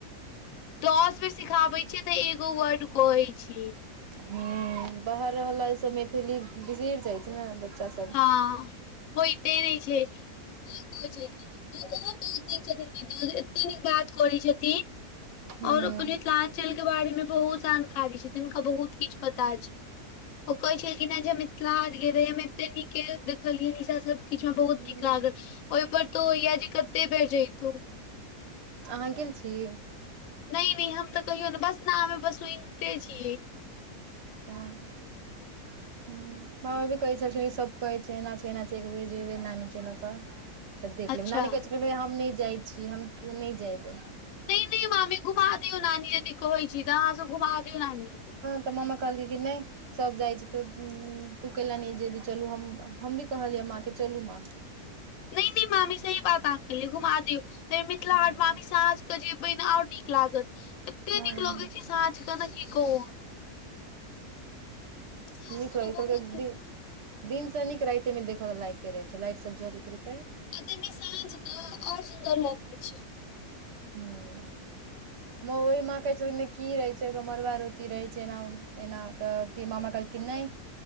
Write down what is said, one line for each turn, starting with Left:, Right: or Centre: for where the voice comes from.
Left: दस बेर सिखाबै छियै तऽ एगो वर्ड कहै छीये।
Right: ह बाहर रहल से मैथिली बिसैर जाय छै। ते बच्चा सब।
Left: हँ होय त नहि छै। खिन ओ। हो बहुत नीक छथिन दद एते नीक बात करै छथिन। <unintelligible>
Right: हूँ
Left: और अपन मिथिलाञ्चल के बारे मे बहुत जानकारी छै, हुनका बहुत किछु पता छैन। ओ कहै छलखिन है जे मिथिलाहाट गेल रहि एहि बेर। त नीक के देखलियै निशा सब किछु में
Right: हूँ
Left: बहुत नीक लागल। ओहिपर तो होयऽ जे कते बेर जैतौ।
Right: अहाँ गेल छी।
Left: नै- नै हम तऽ कहियौ ने बस नाम बस सुनिते छीयै।
Right: अच्छा ह। मामा भी कहै छलखिन ई सभ कहै छै एना छै - एना छै एक बेेर जेबे नानी के लऽ कऽ। तऽ देख
Left: अच्छा
Right: लेब नानी कहै छै कह हम नहि जाइ छी हम केओ नहि जायबै।
Left: नानी मामी घुमा दीयो नानी यदी कहै छी तऽ अहाँ सब घुमा दियो के।
Right: त मामा कहलके कि नै। सभ जाइ छै तऽ तू के ला नै जेबही, चलू हम- हम भी कहलियै माँके चलू माँ।
Left: नै - नै मामी सही बात आहां कहलिये घुमा दियौ। मिथिला
Right: हूँ
Left: हाट मामी सांझ के जेबे ने और नीक लागत, एते
Right: हँ
Left: निक लगे छै साँझ के। कि कहु हम। साँझ
Right: नीक
Left: के
Right: लगलकै
Left: ने बहुत नीक
Right: दि - दिन से नीक राइते मे देखय के लायक रहै छै लाइट सब जड़ैत रहै छै।
Left: आ तैमें सांझ के और सुन्दर लगैय छै।
Right: हूं। ओहि माँ कहै छलखिन की रहै छै ओ मरुा रोटी रहै छै एना - एना तऽ फेर मामा कहलखिन नहि।